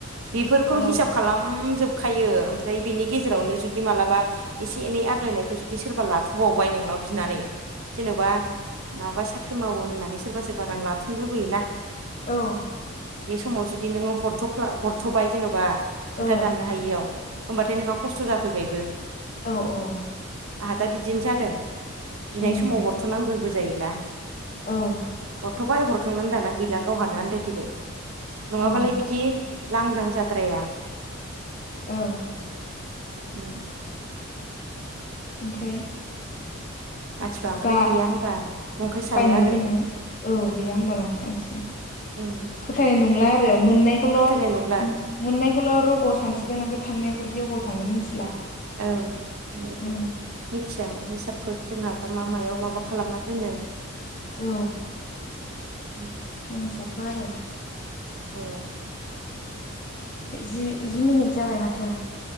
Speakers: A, on the right (about 80°); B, on the left (about 35°).
A: बेफोरखौ
B: औ
A: हिसाब खालामजोब खायो ओमफ्राय बेनि गेजेरावनो जुदि मालाबा एसे एनै आग्लायनायखौ जुदि सोरबा लाथुबावबाय नोंनाव बिनानै जेनेबा माबा साख्रि मावो होननानै सोरबा सोरबा रां लाथ'नो लुबैयोना।
B: औ
A: बे समाव जुदि नोङो हरथ'फला हरथ'बाय जेन'बा। खोथा
B: औ
A: दाननो हायियाव होमबाथाय नोंहा खस्थ' जाफैबायबो।
B: औ औ
A: आंहा दा बिदिनो जादों, बिनाय
B: उम
A: समाव हरथ'नांगौबो जायोना।
B: औ
A: हरथबाय हरखांनानै दाना गैला गावहानो आनन्दायफैबाय। नङाबालाय
B: उम
A: बिदि लांदां जाद्राया।
B: औ
A: उम
B: ओमफ्राय
A: मानसिफ्रा ओमफ्राय
B: दा
A: गैया होनबा नंखाय सानो
B: बायनो
A: आरो
B: लुबैनानै औ गैया हबा नंखौ सानसिगोन।
A: उम
B: फोथायनाय नंला आरो मोननायखौल'
A: फोथायनाय नंला
B: मोननायखौल' रग' सानसिगोन ओमफ्राय थांनायखौ दि ओबाव थाओ मिथिला।
A: औ आं बेखौ
B: उम
A: मिथियाना हिसाबखौ जोंहा। बा मा मायाव माबा खालामना दोनो।
B: औ
A: उम
B: मिथियाथ' आरो
A: औ
B: जि जि मिनिट जाबाय माथो।